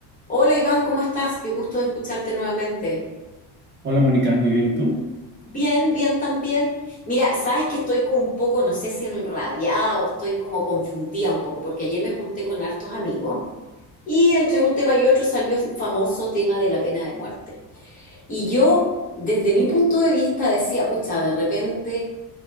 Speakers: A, on the left; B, on the right.
A: Hola Iván, ¿cómo estás? Qué gusto escucharte nuevamente.
B: Hola Mónica, muy bien, ¿y tú?
A: Bien, bien también. Mira, sabes que estoy como un poco, no sé si enrabiada o estoy como confundida un poco, porque ayer me junté con hartos amigos y entre un tema y otro salió el famoso tema de la pena de muerte. Y yo, desde mi punto de vista, decía, pucha, de repente,